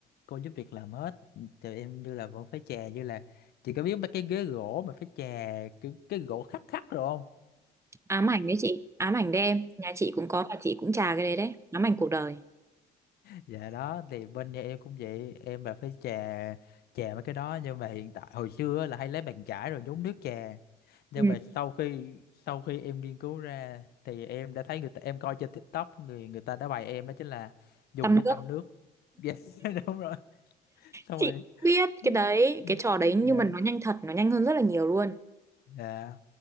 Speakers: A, on the left; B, on the right.
A: cô giúp việc làm hết tụi em như là vẫn phải chà như là chị có biết mấy cái ghế gỗ mà phải chà cái, cái gỗ khắc khắc rồi không
B: Ám ảnh đấy chị, ám ảnh đấy em. Nhà chị cũng có và chị cũng trà cái đấy đấy, ám ảnh cuộc đời.
A: dạ đó thì bên nhà em cũng vậy em là phải chà chà mấy cái đó nhưng mà hiện tại hồi xưa á là hay lấy bàn chải rồi nhúng nước chà nhưng
B: Ừ.
A: mà sau khi sau khi em nghiên cứu ra thì em đã thấy người ta em coi trên TikTok người người ta đã bày em đó chính là dùng
B: Tăm
A: cái
B: nước,
A: tăm nước yes <laughs> đúng rồi xong
B: chị
A: rồi
B: biết
A: Ừ.
B: cái đấy,
A: Ừ.
B: cái trò đấy
A: dạ
B: nhưng mà nó nhanh thật, nó nhanh hơn rất là nhiều luôn.
A: dạ